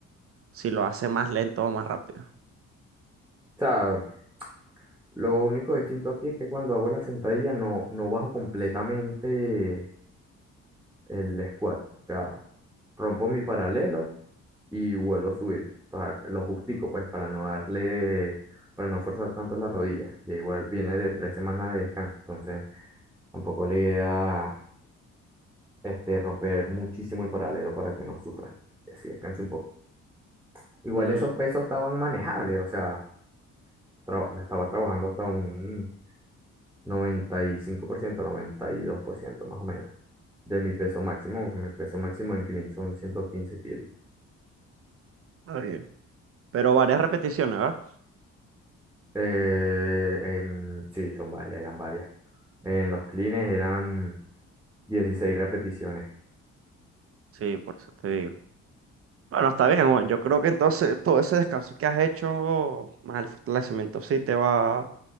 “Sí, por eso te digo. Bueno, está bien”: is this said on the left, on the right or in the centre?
Right